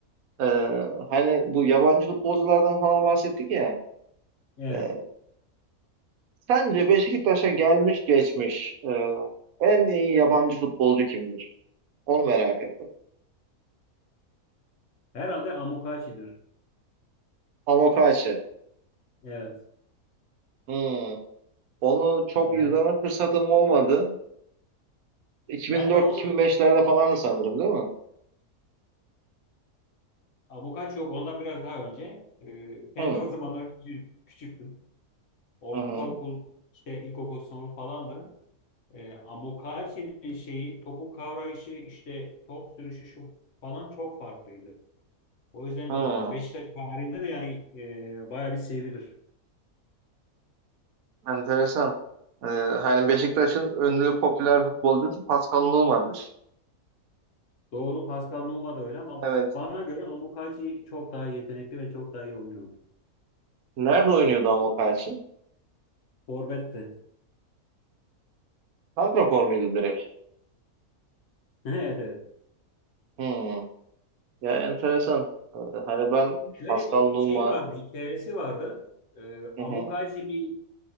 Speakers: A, on the right; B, on the left.
A: E, hani bu yabancı futbolculardan falan bahsettik ya.
B: Evet.
A: E, Sence Beşiktaş'a gelmiş geçmiş e, en iyi yabancı futbolcu kimdir? Onu merak ettim.
B: Herhalde Amokachi'dir.
A: Amokachi.
B: Evet.
A: Hmm. Onu çok
B: Yani
A: izleme fırsatım olmadı. 2004-2005'lerde
B: ben de onu
A: falandı
B: küçük
A: sanırım değil mi?
B: Amokachi yok. Ondan biraz daha önce. Ee, ben
A: Hmm.
B: de o zamanlar küçük, küçüktüm. ortaokul
A: Hı hı.
B: işte ilkokul sınıfı falandı. E, Amokachi'nin şeyi, topu kavrayışı, işte top sürüşü şu falan çok farklıydı. O yüzden
A: Hmm.
B: e, Beşiktaş tarihinde de yani e, bayağı bir sevilir.
A: Enteresan. E, hani Beşiktaş'ın ünlü popüler futbolcusu Pascal Numa''dır.
B: Doğru Pascal Nouma da öyle ama
A: Evet.
B: bana göre Amokachi çok daha yetenekli ve çok daha iyi oynuyordu.
A: Nerede oynuyordu Amokachi?
B: Forvet de.
A: Santrafor muydu direkt?
B: <laughs> Evet evet.
A: Hmm. Ya enteresan. E, Hani ben
B: Şöyle
A: Pascal
B: bir
A: Numa.
B: şey vardı, hikayesi vardı. E,
A: Hı
B: Amokachi
A: hı.
B: bir